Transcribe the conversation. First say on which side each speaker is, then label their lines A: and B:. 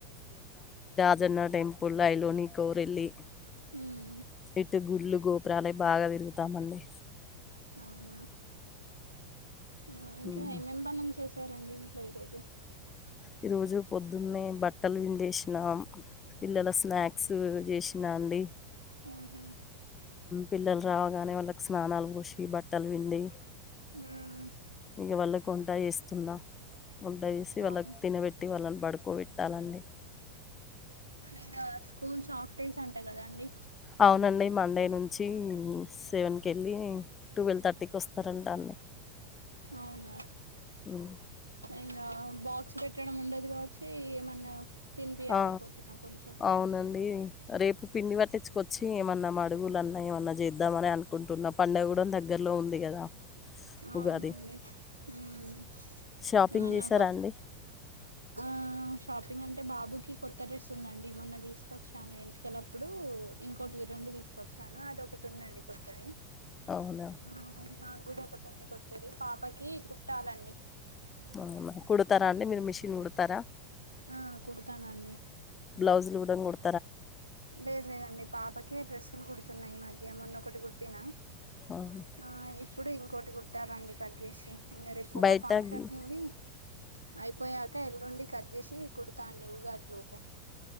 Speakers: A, on the left; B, on the right.
A: అజన్న టెంపుల్లో అయిలోని కోరిళ్ళి
B: ఉమ్
A: ఏట్ గుల్లు రాలే బాగా తిరుగుతామండి.
B: అవునా ఆ ఇంకా
A: ఉమ్.
B: ఏమేం పనులు చేసి సరే అండి ఇంట్లో ఈరోజు
A: ఈ రోజు పొద్దున్నే బట్టలు పిండేసినాం. పిల్లల
B: ఉమ్
A: స్నాక్స్ చేస్ నాంది
B: ఉహు
A: పిల్లలు రావగానే వాళ్ళకి స్నానాలు పోసి బట్టల పిండి
B: ఊమ్మ్
A: ఇగ వాళ్లకు వంట చేస్తున్నా వంట చేసి వాళ్ళకి
B: అవును
A: పెట్టి వాళ్ళని పడుకోబెట్టాలండి.
B: ఇంగా స్కూల్ హాఫ్ డేస్ అన్ అంట కద అండి
A: అవునండి. మండే నుంచి సెవెన్కి వెళ్ళి టువల్వ్ థర్టీకి వస్తారంటా.
B: అవునా
A: ఉమ్.
B: ఇంగా బాక్స్ పెట్ ట్టడం ఉండదు కావచ్చి ఏమన్నా తినిపియాలి
A: ఆ
B: పొద్దున కొంచెం
A: అవునండి రేపు పిండి పట్టించుకొచ్చి ఏమన్నా మడుగులున్నా ఏమన్నా చేద్దామనే అనుకుంటున్న పండగ కూడా దగ్గరలో ఉంది కదా
B: ఆ
A: ఉగాది
B: అవునండి మ్మ్
A: షాపింగ్
B: ఏమన్నా
A: చేసారా
B: కొ
A: అండి
B: ఆ షాపింగ్ అంటే బాబుకి కొత్త డ్రెస్ ఉందండి మొన్న తీసుకొచ్చాను ఎంటికలప్పుడు ఇంకోటివి రెండు తీసుకొచ్చాను అదొకటి ఉందండి కొత్తది
A: అవునా
B: ఆ, నాకు కూడా ఒకటి ఉంది కొత్తది పాపకి కుట్టాలండి
A: అవునా కుడతారాన్ డి మీరు మిషన్ కుడతారా
B: ఆ కుడతానండి
A: బ్లౌజ్ లు కూడా <inaudible>
B: లేదు లేదు అండి పా <unintelligible> డ్రస్సులు కుడుతున్నా ఈ మధ్య మొన్నొకటి కుట్టినా
A: అవునా
B: ఆ <inaudible> ఇప్పుడు ఇంకోటి కుట్టాలండి కట్ చేసి ఇంకా రేపొక
A: బయట
B: ఫంక్షన్
A: గి-
B: ఉంది అయిపోయాక నుండి కట్ చేసి కుడతా అండి ఉగా లోపు